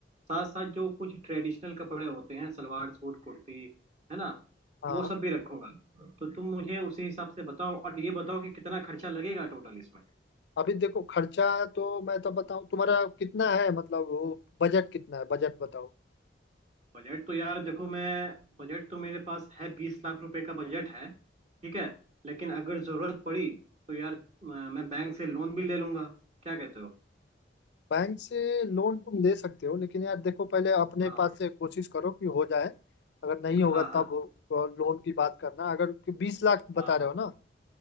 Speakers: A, on the right (about 40°); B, on the left (about 65°).
A: साथ साथ जो कुछ ट्रेडिशनल कपड़े होते हैं सलवार सूट कुर्ती है ना
B: हाँ
A: वो सब भी रखूंगा तो तुम मुझे उसी हिसाब से बताओ और ये बताओ कि कितना खर्चा लगेगा टोटल इसमें
B: अभी देखो खर्चा तो मैं तो बताऊं तुम्हारा कितना है मतलब वो बजट कितना है बजट बताओ
A: बजट तो यार देखो मैं बजट तो मेरे पास है बीस लाख रुपए का बजट है ठीक है लेकिन अगर जरूरत पड़ी तो यार अ, मैं बैंक से लोन भी ले लूंगा क्या कहते हो
B: बैंक से लोन तुम ले सकते हो लेकिन यार देखो पहले अपने
A: हाँ
B: पास से कोशिश करो कि हो जाए अगर नहीं होगा
A: हाँ
B: तब लोन की बात करना अगर कि बीस लाख बता
A: हाँ
B: रहे
A: हाँ
B: हो ना